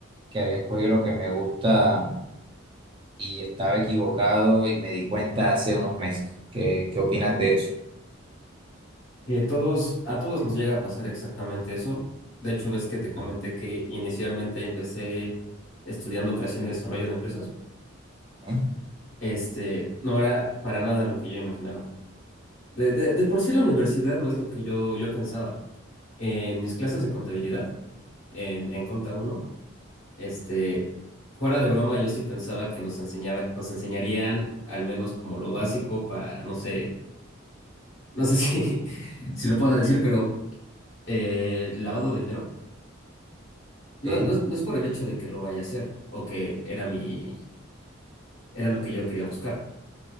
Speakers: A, on the right (about 25°); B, on the left (about 65°).
A: que había escogido lo que me gusta y estaba equivocado y me di cuenta hace unos meses. ¿Qué, qué opinas de eso?
B: Que todos, a todos nos llega a pasar exactamente eso. De hecho, ves que te comenté que inicialmente empecé estudiando creación y desarrollo de empresas.
A: Ujú,
B: Este, no era para nada lo que yo imaginaba. De, de, de por sí la universidad no es lo que yo, yo pensaba. En mis clases de contabilidad, en, en Conta uno este, fuera de broma, yo sí pensaba que nos enseñaba, nos enseñarían al menos como lo básico para, no sé, no sé <laughs> si, si lo puedo decir, pero eh, lavado de dinero.
A: ok,
B: No, no, es no es por el hecho de que lo vaya a hacer o que era mi, era lo que yo quería buscar,